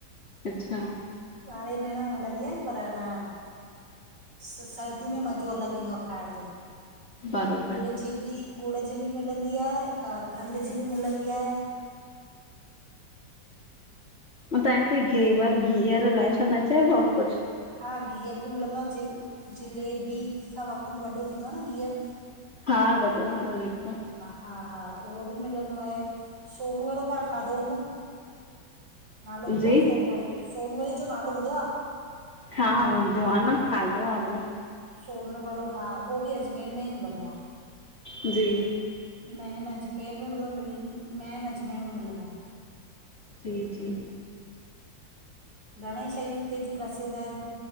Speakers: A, on the left; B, on the right.
A: अच्छा
B: ॿारहं ई महिना हलंदी आ, पर ह न स सर्दी में मज़ो अलॻि ईंदो आ खाअण जो।
A: बरोबर
B: गुड़ जी बि, गुड़ जी बि मिलंदी आहे, और खंड जी बि मिलंदी आहे।
A: अऊं तां हिते घेवर गिअर अलाए छा न चयबो आ, कुझु
B: हा गिहुर बि मिलंदो आ, जिल जीलेबी सां वघु वॾो थींदो आ न गिहुर।
A: हा वॾो वारो ॼेको
B: हा हा उहो बि मिलंदो आहे, सोन वरो तां खाधो हूंदो नालो ॿुधो
A: जी
B: आ सोनवरे, सोनवडे जो नालो ॿुधो आ?
A: हा हो ॿुधयो आ न, खाधो आ वो।
B: सोहन वरो हा उहो बि अजमेर में ई मिलंदो आ।
A: जी।
B: मैन अजमेर में मिल मिल मैन अजमेर में मिलंदो आ।
A: जी जी
B: घणेई शयूं हिते जूं प्रसिद्ध आहिनि।